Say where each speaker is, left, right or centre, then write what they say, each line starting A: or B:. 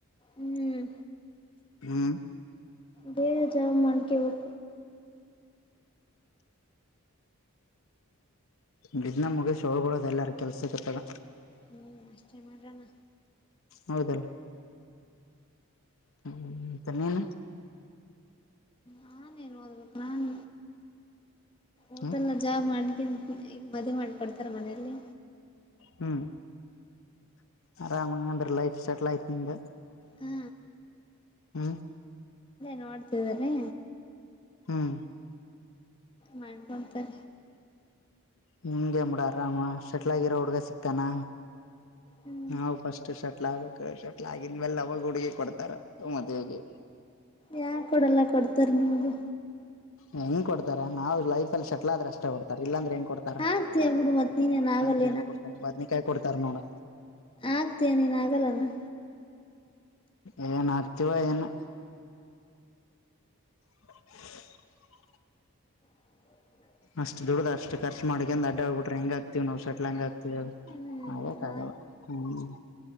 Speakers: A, on the left; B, on the left.
A: ಹ್ಮ್
B: ಹ್ಮ.
A: ಬೇಗ ಜಾಬ್ ಮಾಡ್ಕೊಬೇಕ.
B: ಬಿದ್ನ ಮುಗಷ ಹೋಗಬೊದ ಎಲ್ಲಾರ ಕೆಲ್ಸಕ್ಕತ್ತಾಗ.
A: ಹ್ಮ್ ಅಷ್ಟೇ ಮಾಡಣ.
B: ಹೌದಲ್ಲ. ಹ್ಮ ತ ನೀನ
A: ನಾನೇನ್ ಓದ್ಬೇಕು ನಾನ್ ಓದಲ್ಲ
B: ಹ್ಮ್
A: ಜಾಬ್ ಮಾಡ್ಕ ಈ ಮದ್ವಿ ಮಾಡಕೊಡ್ತಾರ ಮನೆಲ್ಲಿ
B: ಹ್ಮ್ ಆರಾಮಂಗ ಅಂದ್ರೆ ಲೈಫ್ ಸೆಟ್ಲ್ ಐ್ತ್ ನಿ್ದ
A: ಹಾ
B: ಹ್ಮ್
A: ನೋಡ್ತಿದ್ದನೆ
B: ಹ್ಮ್
A: ಮಾಡ್ಕೊಂತಾನೆ
B: <unintelligible> ಹ್ಗೆಡರಾಮ ಸೆಟ್ಲಾಗಿಿರೋಡ್ಗೆ ಸಿಗ್ತಾನ
A: ಹ್ಮ್
B: ನಾವು ಫಸ್ಟ್ ಶಟ್ಲ ಆಗಕ್ ಶಟ್ಲ ಆಗನ್ ಮೇಲ್ ಅವವಾಗ ಹುಡುಗಿ ಕೊಡ್ತಾರ ಮದುವೆಗೆ
A: ಯಾರ್ ಕೊಡಲ್ಲ ಕೊಡ್ತಾರ ನಿಮ್ಗು
B: ಹೆಂಗ್ ಕೊಡ್ತಾರೆ ನಾವ್ ಲೈಫ ಅಲ್ಲಿ ಸೆಟಲ್ ಆದ್ರೆ ಅಷ್ಟೆ ಕೊಡ್ತಾರೆ ಇಲ್ಲಂದ್ರೆ ಹೆಂಗ ಕೊಡ್ತಾರೆ
A: ಆಗ್ತೀಯ ಬಿಡು ಮತ್ ನೀನೇನ್ ಆಗಲ್ಲ
B: <unintelligible> ಬಿರಿಯಾನಿ ಕೊಡ್ತಾರ ಬದ್ನೇಕಾಯಿ ಕೊಡ್ತಾರ ನೋಡು
A: ಆಗ್ತೀಯಾ ನೀನ್ ಆಗಲ್ಲನ
B: ಏನ್ ಆಕ್ತಿೀವಾ ಏನೊ <inaudible>
A: <inaudible>
B: ಅಷ್ಟ ದುಡ್ದ ಅಷ್ಟ ಖರ್ಚ್ ಮಾಡಕ ಅಡ್ಡ ಹಬ ಬಿ್ರಿ ಹೆಂಗ ಆತತಿವಿ ನಾವು ಸೆಟ್ಲ್ ಹಂಗ ಆಾತತಿವ
A: ಹ್ಮ್
B: <unintelligible> <unintelligible> ಹ್ಮ್